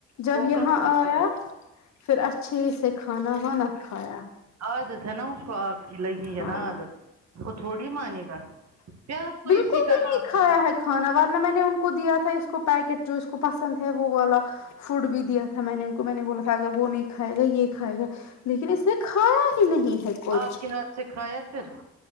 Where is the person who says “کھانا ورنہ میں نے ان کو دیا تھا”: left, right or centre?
Left